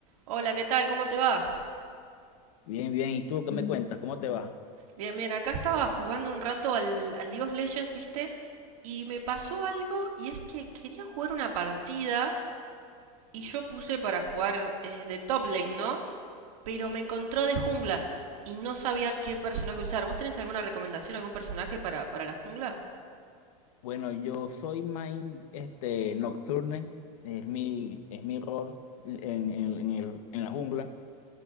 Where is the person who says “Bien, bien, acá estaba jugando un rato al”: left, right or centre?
Right